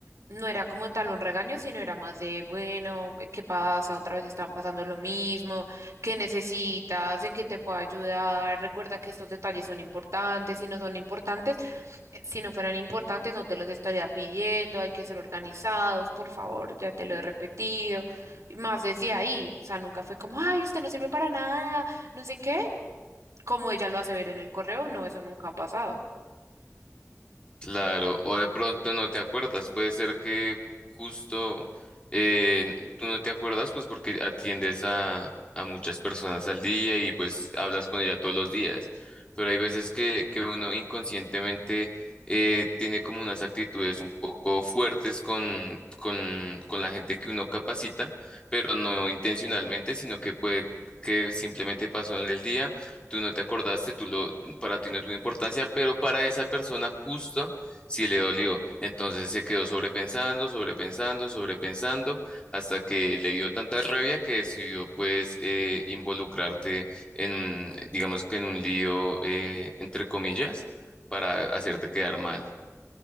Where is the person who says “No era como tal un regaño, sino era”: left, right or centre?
Right